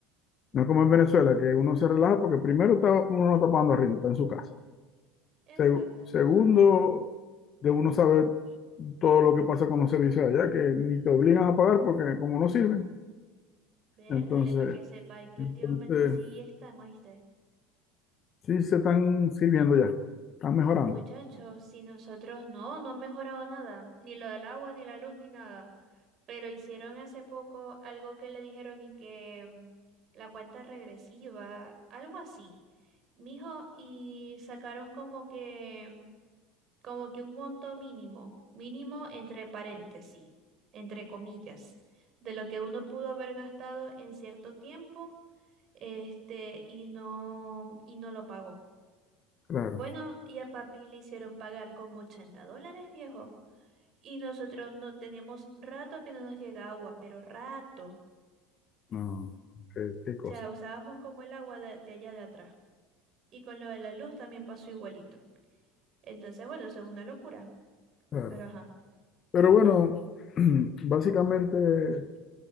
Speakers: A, on the right (about 45°); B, on the left (about 40°).
A: Mm,
B: No es como en Venezuela, que uno se relaja porque primero está- uno no está pagando arriendo, está en su casa.
A: Exacto.
B: Segu- segundo, de uno saber todo lo que pasa con los servicios allá, que ni te obligan a pagar porque como no sirven,
A: Vértale
B: entonces,
A: para que sepa y que
B: entonces
A: últimamente sí están, ¿oíste?
B: sí se están sirviendo ya, están mejorando,
A: Muchachos, si nosotros no, no han mejorado nada, ni lo del agua, ni la luz, ni nada. Pero hicieron hace poco algo que le dijeron y que mm, la cuenta regresiva, algo así. Mijo, y sacaron como que como que un monto mínimo, mínimo entre paréntesis, entre comillas, de lo que uno pudo haber gastado en cierto tiempo, este, y no, y no lo pagó.
B: claro,
A: Bueno, y a papi le hicieron pagar como 80 dólares, viejo. Y nosotros no teníamos rato que no nos llega agua, pero rato.
B: no, qué, qué cosa,
A: O sea, usábamos como el agua de, de allá de atrás. Y con lo de la luz también pasó igualito. Entonces, bueno, eso es una locura.
B: claro.
A: Pero ajá.
B: Pero bueno, <clears throat> básicamente